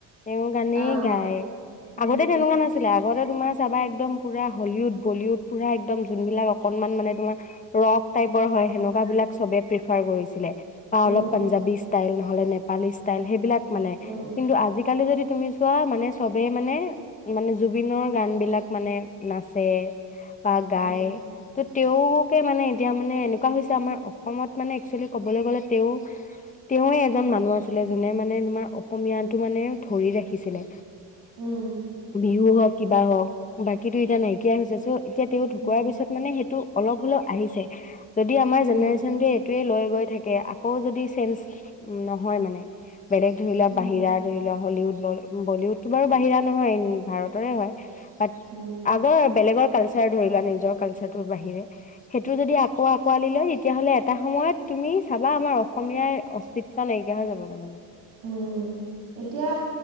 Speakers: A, on the left; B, on the right.
A: তেওঁ গানেই
B: উম অ
A: গায়।
B: উম
A: আগতে তেনেকুৱা নাছিলে, আগতে তোমাৰ চাবা, একদম পুৰা হলিউড, বলিউড পুৰা একদম যোনবিলাক অকনমান মানে, তোমাৰ ৰক টাইপৰ হয়, সেনেকুৱা বিলাক চবে প্ৰিফাৰ কৰিছিলে। পা
B: উম
A: অলপ পাঞ্জাৱী ষ্টাইলৰ নহ'লে নেপালী ষ্টাইল, সেইবিলাক মানে,
B: উম
A: কিন্তু আজিকালি যদি তুমি চোৱা, মানে, চবে মানে, মানে জুবিনৰ গান বিলাক মানে, নাচে বা গায়।
B: উম
A: তে তেওঁকে মানে, এতিয়া মানে, এনেকুৱা হৈছে আমাৰ অসমত মানে, এক্সুৱেলি ক'বলৈ গ'লে তেওঁ তেওঁৱে এজন মানুহ আছিলে, যোনে মানে, তোমাৰ অসমীয়া টো মানে, ধৰি ৰাখিছিলে।
B: উম
A: বিহু হক কিবা হওঁক। বাকী তো এতিয়া নাইকিয়াই হৈছে। চ' এতিয়া তেওঁ ঢুকোৱাৰ
B: উম
A: পিছত মানে, সেইটো অলপ হ'লেও আহিছে যদি, আমাৰ জেনেৰেশ্যন
B: উম
A: টোৱে এইটোৱেই লয় গৈ থাকে, আ আকৌ যদি চেঞ্জ, নহয় মানে বেলেগ ধৰি লোৱা,
B: উম
A: বাহিৰা ধৰি লোৱা হলিউদ। বল-বলিউডটো বাৰু বাহিৰা নহয়, ভাৰতৰে হয়। বাত,
B: উম
A: আগৰ বেলেগৰ কালচাৰ ধৰিলোৱা, নিজৰ কালচাৰটোৰ বাহিৰে, হেইটো যদি আকৌ আঁকোৱালি লয়, তেতিয়া হ'লে এটা সময়ত তুমি চা বা আমাৰ অসমীয়াৰ, অস্তিত্ব নাইকিয়া হৈ যাবগৈ মানে।
B: উম। এতিয়া